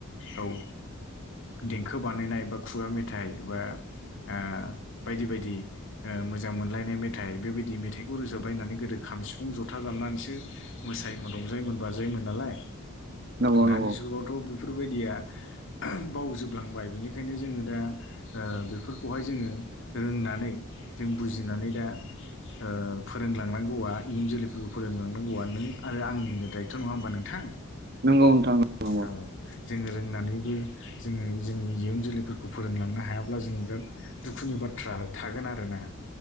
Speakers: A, on the left; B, on the right.
A: औ देंखो बानायनाय बा खुगा मेथाइ बा ओ बायदि बायदिओ मोजां मोनलायनाय मेथाइ बेबायदि मेथाइ खौ रोजाबलायनानै गोदो खामसिफ फुं ज'था दामनानैसो मोसायोमोन रंजायोमोन बाजायोमोन नालाय
B: नंगौ
A: दानि
B: नंगौ
A: जुगावथ' बे बेफोरबायदिया ओह बावजोबलांबाय बिनिखायनो जोङो दा ओ बेफोरखौहाय जोङो रोंनानै जों बुजिनानै दा ओ फोरोंलांनांगौआ इयुन जोलैफोरखौ फोरोंलांनांगौआ नों आरो आंनिनो दायथ' नङा होमबा नोंथां
B: नंगौ नोंथां नंगौ
A: औ जोङो रोंनानैबो जोङो जोंनि इयुन जोलैफोरखौ फोरोंलांनो हायाब्ला जों बिराद दुखुनि बाथ्रा थागोन आरो ना